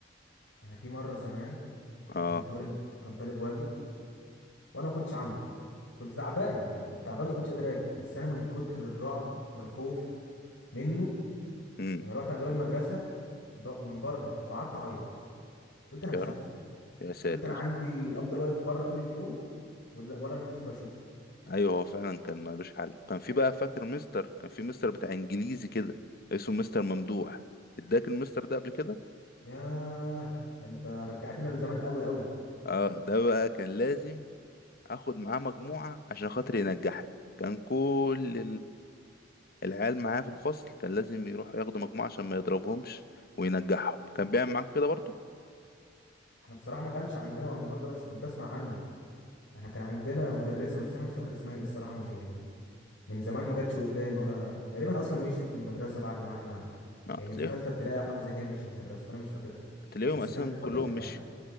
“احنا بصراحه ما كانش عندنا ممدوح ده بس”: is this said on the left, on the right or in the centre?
Left